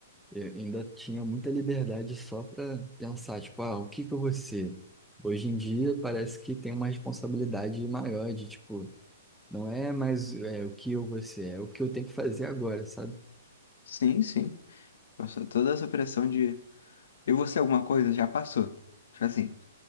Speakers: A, in the centre; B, on the left.
A: eu ainda tinha muita liberdade só para pensar, tipo, ah, o que que eu vou ser? Hoje em dia parece que tem uma responsabilidade maior de, tipo, não é mais é, o que eu vou ser, é o que eu tenho que fazer agora, sabe?
B: Sim, sim. Passou toda essa pressão de eu vou ser alguma coisa, já passou. Tipo assim,